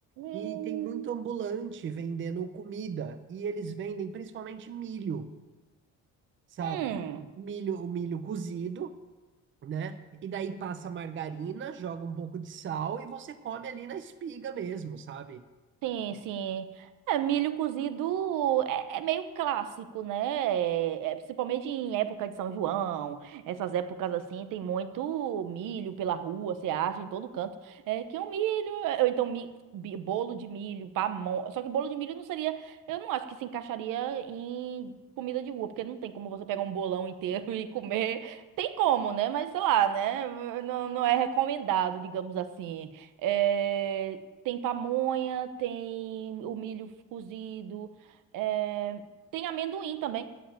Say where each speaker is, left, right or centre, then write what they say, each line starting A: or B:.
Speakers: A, on the right (about 40°); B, on the right (about 80°).
A: E
B: Hum.
A: tem muito ambulante vendendo comida, e eles vendem principalmente milho, sabe?
B: Hum.
A: Milho, o milho cozido, né? E daí passa margarina, joga um pouco de sal e você come ali na espiga mesmo, sabe?
B: Sim, sim. É, milho cozido é, é meio clássico, né? É, principalmente em época de São João, essas épocas assim, tem muito milho pela rua, você acha em todo canto. É, que é um milho, é, ou então mi- bi- bolo de milho, pamonha. Só que bolo de milho não seria, eu não acho que se encaixaria em comida de rua, porque não tem como você pegar um bolão inteiro <laughs> e comer. Tem como, né? Mas sei lá, né? Não, não é recomendado, digamos assim. É, tem pamonha, tem o milho cozido, eh, tem amendoim também,